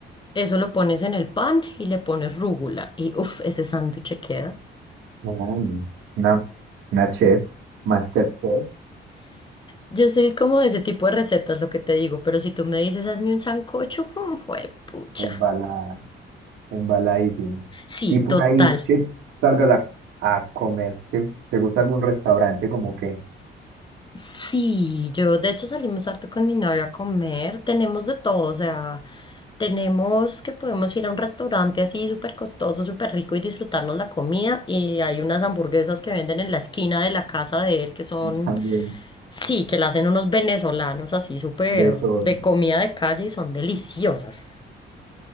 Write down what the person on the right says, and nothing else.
no. Una, una chef, master chef,
embalada. Embaladísimo.
Y por
ahí que salgas a, a comer, que te gusta algún restaurante como que
también
de todo.